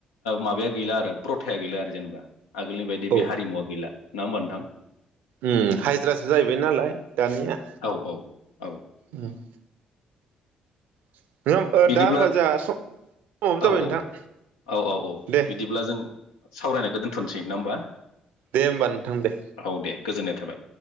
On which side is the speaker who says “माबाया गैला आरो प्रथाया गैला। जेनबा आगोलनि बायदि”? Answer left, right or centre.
Left